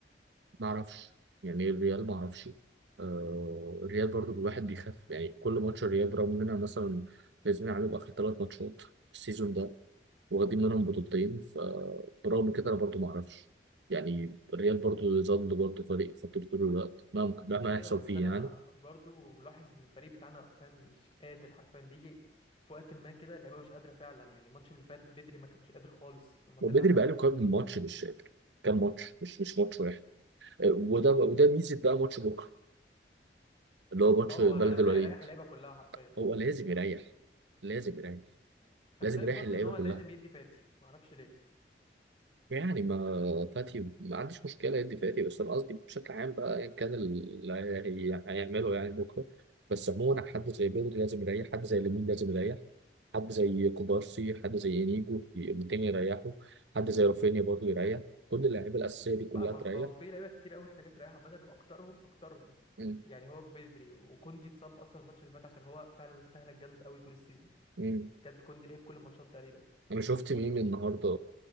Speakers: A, on the right; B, on the left.
A: ما اعرفش يعني ايه الريال ما اعرفش آه الريال برضو الواحد بيخاف يعني كل ماتش الريال برغم اننا مثلا فايزين عليهم اخر ثلاث ماتشات السيزون ده واخدين منهم بطولتين فبرغم كده انا برضو ما اعرفش يعني الريال برضو يظل برضو فريق خطير طول الوقت مهما مهما
B: ايوه
A: يحصل
B: بس
A: فيه
B: انا
A: يعني
B: برضو ملاحظ ان الفريق بتاعنا فاهم مش قادر حرفيا بيجي في وقت ما كده اللعيبه مش قادره فعلا يعني الماتش اللي فات بدري ما كانش قادر خالص لما
A: وبدري
B: طلع
A: بقاله كام ماتش مش فاكر كام ماتش مش مش ماتش واحد آه، وده وده ميزه بقى ماتش بكره اللي هو ماتش
B: اه
A: بلد
B: هو غالبا
A: الوليد
B: هيريح اللعيبه كلها حرفيا
A: هو لازم يريح لازم يريح
B: انا
A: لازم
B: شايف
A: يريح
B: برضو
A: اللعيبه
B: ان هو
A: كلها
B: لازم يدي فاتي ما اعرفش ليه
A: يعني ما فاتي ما عنديش مشكلة يدي فاتي بس أنا قصدي بشكل عام بقى أيا كان اللي هي- هيعمله يعني بكرة بس عموما حد زي بدري لازم يريح حد زي لامين لازم يريح حد زي كوبارسي حد زي إنيجو التاني يريحوا حد زي رافينيا برضه يريح كل اللعيبة الأساسية دي كلها
B: فاهمك
A: تريح
B: اه في لعيبه كتير قوي محتاجه تريح عامه واكترهم اكترهم
A: مم.
B: يعني هو بدري وكوندي اتصاب اصلا الماتش اللي فات عشان هو فعلا استهلك جامد قوي طول السيزون
A: مم.
B: يعني بجد كوندي لعب كل الماتشات تقريبا
A: أنا شفت ميم النهاردة